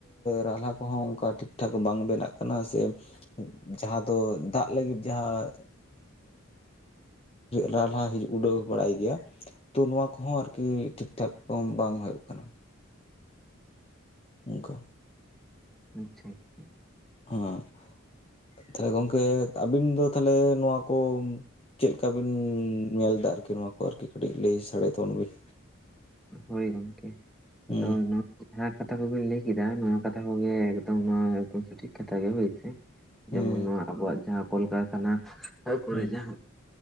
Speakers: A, on the left; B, in the centre.
A: ᱨᱟᱦᱞᱟ ᱠᱚᱦᱚᱸ ᱚᱱᱠᱟ ᱴᱷᱤᱠ ᱠᱷᱟᱠ ᱵᱟᱝ ᱵᱮᱱᱟᱜ ᱠᱟᱱᱟ ᱥᱮ, ᱡᱟᱦᱟᱸ ᱫᱚ ᱫᱟᱜ ᱞᱟᱹᱜᱤᱫ ᱡᱟᱦᱟᱸ ᱨᱟᱦᱞᱟ ᱦᱤᱡᱩᱜ ᱩᱰᱟᱹᱣ ᱵᱟᱲᱟᱭ ᱜᱮᱭᱟ᱾ ᱛᱚ ᱱᱚᱣᱟ ᱠᱚᱦᱚᱸ ᱟᱨᱠᱤ ᱴᱷᱤᱠ ᱴᱷᱟᱠ ᱵᱟᱝ ᱦᱩᱭᱩᱜ ᱠᱟᱱᱟ᱾ ᱚᱱᱠᱟ᱾
B: ᱟᱪᱷᱟ ᱟᱪᱷᱟ᱾
A: ᱦᱚᱸ᱾ ᱛᱟᱦᱚᱞᱮ ᱜᱚᱢᱠᱮ ᱟᱹᱵᱤᱱ ᱫᱚ ᱛᱟᱦᱚᱞᱮ ᱱᱚᱣᱟ ᱠᱚ ᱪᱮᱫᱠᱟ ᱵᱤᱱ ᱧᱮᱞ ᱮᱫᱟ ᱟᱨᱠᱤ ᱱᱚᱣᱟ ᱠᱚ ᱟᱨᱠᱤ ᱠᱟᱹᱴᱤᱡ ᱞᱟᱹᱭ ᱥᱟᱰᱮ ᱛᱟᱵᱚᱱᱵᱤᱱ᱾
B: ᱦᱳᱭ ᱜᱚᱢᱠᱮ ᱾
A: ᱦᱩᱸ
B: ᱟᱫᱚ ᱱᱚᱣᱟ ᱡᱟᱦᱟᱸ ᱠᱟᱛᱷᱟ ᱠᱚᱵᱤᱱ ᱞᱟᱹᱭ ᱠᱮᱫᱟ ᱱᱚᱶᱟ ᱠᱟᱛᱷᱟ ᱠᱚᱜᱮ ᱮᱠᱫᱚᱢ ᱱᱚᱶᱟ ᱮᱠᱫᱚᱢ ᱥᱚᱴᱷᱤᱠ ᱠᱟᱛᱷᱟ ᱜᱮ ᱦᱳᱭ ᱥᱮ
A: ᱦᱩᱸ
B: ᱡᱮᱢᱚᱱ ᱱᱚᱣᱟ ᱟᱵᱚᱣᱟᱜ ᱡᱟᱦᱟᱸ ᱠᱚᱞᱠᱟᱨᱠᱷᱟᱱᱟ ᱠᱚᱨᱮ
A: ᱦᱩᱸ
B: ᱡᱟᱦᱟᱸ